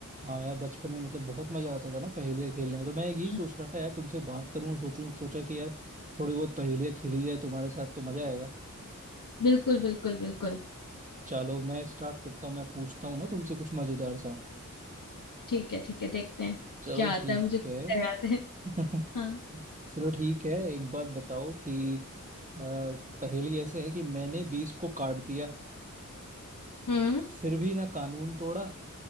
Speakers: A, on the right (about 25°); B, on the left (about 85°).
A: हाँ यार बचपन में मतलब बहुत मजा आता था ना पहेलियाँ खेलने में तो मैं यही सोच
B: हम्म,
A: रहा था यार तुमसे बात करूं सोचूं सोचा कि यार थोड़ी बहुत पहेलियाँ खेली जाए तुम्हारे साथ तो मजा आएगा
B: बिल्कुल बिल्कुल बिल्कुल
A: चलो मैं स्टार्ट करता हूँ मैं पूछता हूँ ना तुमसे कुछ मजेदार सा
B: ठीक है ठीक है देखते हैं
A: चलो
B: क्या
A: ठीक
B: आता है मुझे कुछ
A: है
B: याद है
A: <laughs>
B: हाँ
A: चलो ठीक है एक बात बताओ कि अ, पहेली ऐसे है कि मैंने बीस को काट दिया
B: हम्म
A: फिर भी ना कानून तोड़ा